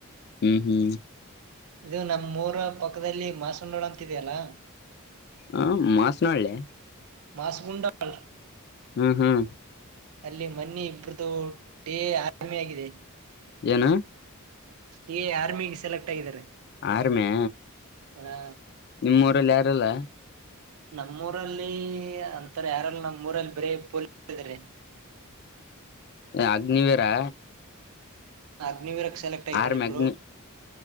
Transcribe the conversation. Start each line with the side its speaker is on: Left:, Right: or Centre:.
Left: ಹು ಹು
Right: ಇದು ನಮ್ಮ್ ಮೂರ ಪಕ್ಕದಲ್ಲಿ ಮಾಸುಂಡೋಳ ಅಂತಿದೆಯಲ್ಲಾ
Left: ಹಂ ಮಾಸನಾಳಳ್ಳೆ
Right: ಮಾಸಗುಂಡಲ್
Left: ಹ್ಮ್ ಹ್ಮ್
Right: ಅಲ್ಲಿ ಮನಿ ಇಬ್ರ್ದು ಟೇ ಆಮಿ ಆಗಿದೆ
Left: ಏನು
Right: ಟಿ ಆರ್ಮಿಗೆ ಸೆಲೆಕ್ಟ್ ಆಗಿದ್ದಾರೆ
Left: ಆರ್ಮೆ
Right: ಹಾ
Left: ನಿಮ್ಮ್ ಊರಲ್ಲಿ ಯಾರಲ್ಲ
Right: ನಮ್ಮೂಊರಲ್ಲಿ ಅಂತರ ಯಾರಲ್ಲ ನಮ್ಮ್ ಊರಲ್ಲಿ ಬರೀ ಫುಲ್ ಇದ್ದಾರೆ
Left: ಅಗ್ನಿವೇರಾ
Right: ಅಗ್ನಿವಿರಗ ಸೆಲೆಕ್ಟ್ ಆಗಿದ್ದಾರೆ
Left: ಆರಮ
Right: ಇಬ್ರು
Left: ಅಗ್ನಿ